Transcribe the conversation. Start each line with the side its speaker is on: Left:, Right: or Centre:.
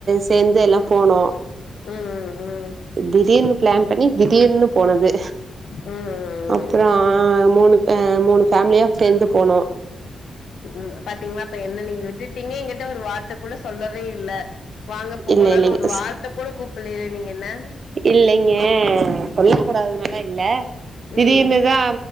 Right: சேந்து எல்லா போனோ
Left: ம் ம் ம்
Right: திடீர்னு பிளான் பண்ணி திடீர்னு போனது
Left: ம் ம்
Right: அப்றோ
Left: ம்
Right: அ மூணு மூணு பேஃமிலியா சேந்து போனோ
Left: ம் பாத்தீங்களா அப்ப என்ன நீங்க விட்டுட்டீங்க எங்கிட்ட ஒரு வார்த்த கூட சொல்லவே இல்ல வாங்க போவலானு
Right: இல்ல இல்லைங்க
Left: ஒரு வார்த்த கூட கூப்பிலயே நீங்க என்ன
Right: இல்லைங்க சொல்ல கூடாதுனலா இல்ல திடீர்னுதா
Left: ம்